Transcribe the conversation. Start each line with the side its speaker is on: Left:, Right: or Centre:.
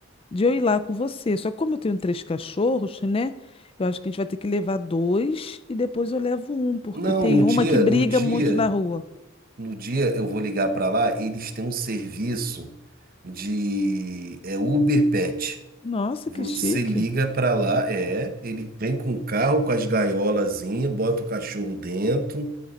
Left: de eu ir lá com você. Só que como eu tenho três cachorros, né? Eu acho que a gente vai ter que levar dois e depois eu levo um, porque
Right: Não,
Left: tem
Right: no
Left: uma
Right: dia,
Left: que briga
Right: no dia,
Left: muito na rua.
Right: no dia eu vou ligar pra lá, eles têm um serviço de é Uber Pet.
Left: Nossa,
Right: Você
Left: que chique.
Right: liga pra lá, é, ele vem com o carro, com as gaiolazinhas, bota o cachorro dentro.